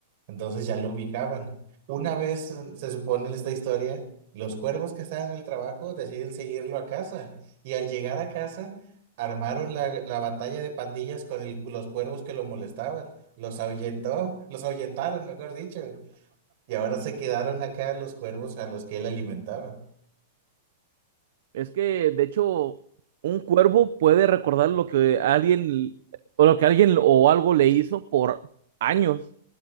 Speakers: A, on the right; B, on the right.
A: Entonces ya lo ubicaban. Una vez, eh, se supone en esta historia, los cuervos que estaban en el trabajo deciden seguirlo a casa. Y al llegar a casa, armaron la, la batalla de pandillas con el- los cuervos que lo molestaban. Los ahuyentó, los ahuyentaron, mejor dicho. Y ahora se quedaron acá los cuervos a los que él alimentaba.
B: Es que, de hecho, un cuervo puede recordar lo que alguien, o lo que alguien o algo le hizo por años.